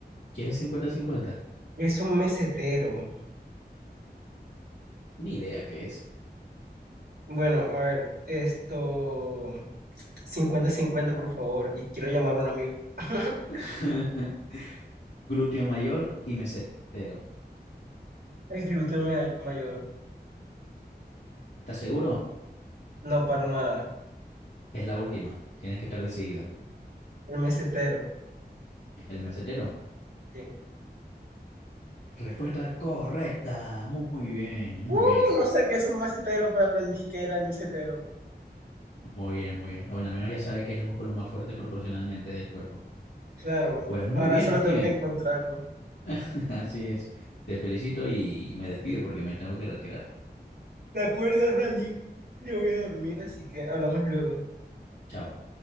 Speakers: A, on the left (about 80°); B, on the right (about 70°).
A: quieres cincuenta cincuenta
B: Es un mesetero.
A: Ni idea qué es.
B: Bueno, a ver, esto cincuenta cincuenta, por favor, y quiero llamar a un amigo. <laughs>
A: <laughs> Glúteo mayor y mesetero.
B: El glúteo ma- mayor.
A: ¿Estás seguro?
B: No, para nada.
A: Es la última. Tienes que estar decidido.
B: El mesetero.
A: El mesetero.
B: Sí.
A: Respuesta correcta. Muy bien,
B: Uh,
A: muy bien.
B: no sé qué es un mesetero, pero aprendí que era el mesetero.
A: Muy bien, muy bien. Bueno, al menos ya sabe que es el músculo más fuerte proporcionalmente del cuerpo.
B: Claro,
A: Pues muy
B: ahora
A: bien,
B: solo
A: Steven.
B: tengo que encontrarlo.
A: <laughs> Así es. Te felicito y me despido porque me tengo que retirar.
B: De acuerdo, Randy. Yo voy a dormir, así que hablamos luego.
A: Chao.